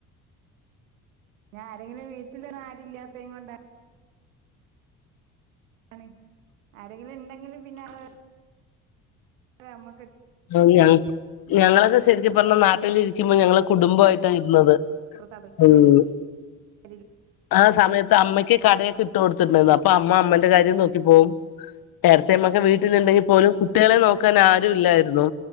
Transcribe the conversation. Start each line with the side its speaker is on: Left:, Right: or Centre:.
Right: ഞാൻ ആരെങ്കിലും വീട്ടില്ന്നും ആരുംല്ലാത്തെ കൊണ്ടാ ണ് ആരെങ്കിലും ഉണ്ടെങ്കിലും പിന്നെ അത് നമ്മ
Left: <unintelligible> ഞങ്ങളൊക്കെ ശരിക്കും പറഞ്ഞ നാട്ടിൽ ഇരിക്കുമ്പോ ഞങ്ങളെ കുടുംബമായിട്ടാണ് ഇരുന്നത്
Right: തടസ്സ
Left: ഉം
Right: വ
Left: ആ സമയത്ത് അമ്മയ്ക്ക് കടയൊക്കെ ഇട്ട് കൊടുത്തിട്ടായിരുന്നു അപ്പൊ അമ്മ അമ്മന്റെ കാര്യം നോ ക്കിപോവും. ഏടത്തിയമ്മക്കെ വീട്ടിലുണ്ടെങ്കിൽ പോലും കുട്ടികളെ
Right: ആ
Left: നോക്കാൻ ആരും ഇല്ലായിരുന്നു.